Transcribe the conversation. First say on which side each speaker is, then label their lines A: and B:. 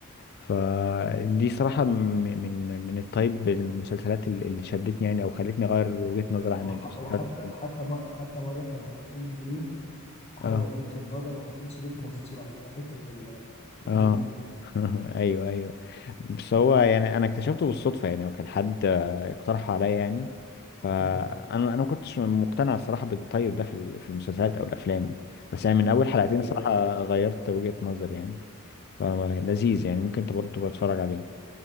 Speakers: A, on the left (about 50°); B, on the left (about 30°).
A: فدي صراحه
B: اه
A: م- من من التايب المسلسلات اللي اللي شدتني يعني او خلتني اغير وجهه نظري عن
B: هو
A: المسلسلات
B: ح- هو حتى حتى م- حتى مره كانوا حاطين ميم هاو
A: اه
B: اي ميت يور ماذر وحاطين سلوت منصور عليه انا فاكر ال- الميم
A: اه
B: ده
A: <laughs> ايوه ايوه بس هو
B: ايوه
A: يعني انا اكتشفته بالصدفه يعني وكان حد آه، اقترح عليا يعني فانا
B: <laughs>
A: انا ما كنتش مقتنع الصراحه بالطيب ده في ال- في المسلسلات او الافلام بس يعني من اول حلقتين
B: ايوه
A: الصراحه
B: أيوة.
A: غيرت وجهه نظري يعني فلذيذ يعني ممكن انت برضه تبقى تتفرج عليه